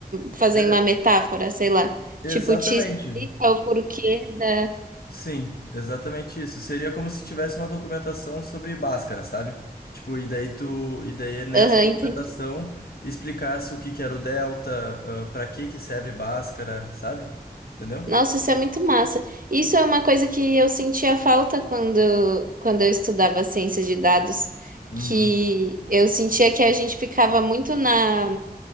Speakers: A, on the right; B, on the left.
A: fazer
B: é,
A: uma metáfora, sei lá.
B: exatamente,
A: Tipo, te explica o porquê da.
B: Sim, exatamente isso. Seria como se tivesse uma documentação sobre Bhaskara, sabe? Tipo, e daí tu, e daí é nessa
A: Aham,
B: documentação
A: entendi.
B: explicasse o que que era o delta, ah, pra que que serve Bhaskara, sabe? Entendeu?
A: Nossa, isso é muito massa. Isso é uma coisa que eu sentia falta quando, quando eu estudava ciência de dados,
B: Uhum.
A: que eu sentia que a gente ficava muito na,